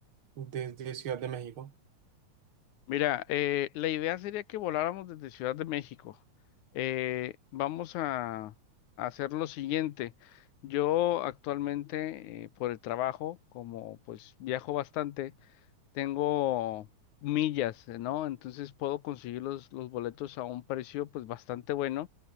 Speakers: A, on the right (about 50°); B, on the left (about 85°).
A: desde Ciudad de México.
B: Mira, eh, la idea sería que voláramos desde Ciudad de México. Eh, vamos a, a hacer lo siguiente. Yo actualmente, eh, por el trabajo, como pues viajo bastante, tengo millas, eh, ¿no? Entonces puedo conseguir los, los boletos a un precio pues bastante bueno.